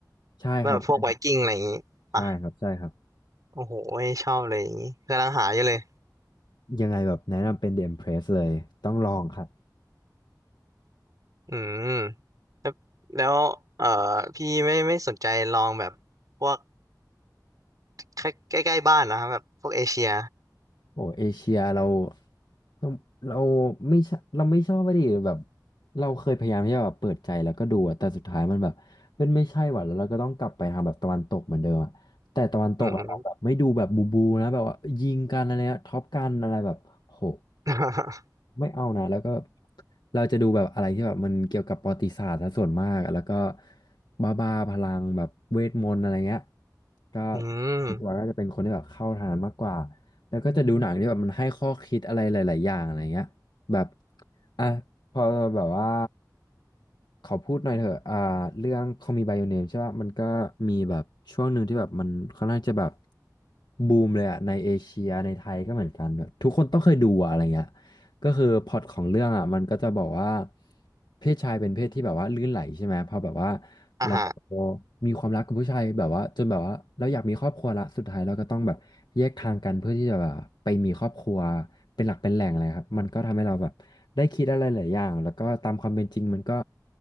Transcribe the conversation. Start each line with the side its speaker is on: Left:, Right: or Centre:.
Left: ใช่ครับใช่ครับ
Right: แบบพวกไวกิ้งอะไรอย่างงี้ปะ
Left: ใช่ครับใช่ครับ
Right: โอ้โหไม่ชอบเลยอย่างงี้กำลังหาอยู่เลย
Left: ยังไงแบบแนะนำเป็น The Empress เลยต้องลองครับ
Right: อืมแล้วเอ่อพี่ไม่ไม่สนใจลองแบบพวกใกล้ใกล้ๆบ้านนะครับแบบพวกเอเชีย
Left: โอ้เอเชียเราเราเราไม่ชเราไม่ชอบว่าดิแบบเราเคยพยายามที่จะแบบเปิดใจแล้วก็ดูอะแต่สุดท้ายมันแบบเฮ้ยไม่ใช่ว่ะแล้วเราก็ต้องกลับไปทางแบบตะวันตกเหมือนเดิมอะแต่ตะวันตกอะเราแบบไม่ดูแบบบูบูนะแบบว่ายิงกันอะไรนะท็อปกันอะไรแบบโห
Right: อืม <laughs>
Left: ไม่เอานะแล้วก็แบบเราจะดูแบบอะไรที่แบบมันเกี่ยวกับประวัติศาสตร์ซะส่วนมากแล้วก็บ้าบ้าพลังแบบเวทมนต์อะไรเงี้ยก็
Right: อืม
Left: ส่วนตัวก็จะเป็นคนที่แบบเข้าทางนั้นมากกว่าแล้วก็จะดูหนังที่แบบมันให้ข้อคิดอะไรหลายๆอย่างอะไรเงี้ยแบบอ่ะพอแบบว่าขอพูดหน่อยเถอะอ่าเรื่อง Call Me by Your Name ใช่ป่ะมันก็มีแบบช่วงหนึ่งที่แบบมันค่อนข้างจะแบบบูมเลยอะในเอเชียในไทยก็เหมือนกันแบบทุกคนต้องเคยดูอะอะไรเงี้ย ก็คือพล็อตของเรื่องอ่ะมันก็จะบอกว่าเพศชายเป็นเพศที่แบบว่าลื่นไหลใช่ไหมพอแบบว่า
Right: อ่ะฮะ
Left: เรามีความรักกับผู้ชายแบบว่าจนแบบว่าเราอยากมีครอบครัวละสุดท้ายเราก็ต้องแบบแยกทางกันเพื่อที่จะแบบไปมีครอบครัวเป็นหลักเป็นแหล่งอะไรครับมันก็ทำให้เราแบบได้คิดอะไรหลายอย่างแล้วก็ตามความเป็นจริงมันก็